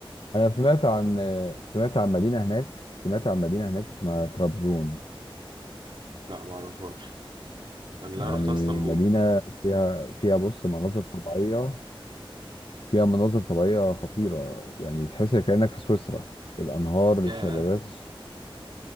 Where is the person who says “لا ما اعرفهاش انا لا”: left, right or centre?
Right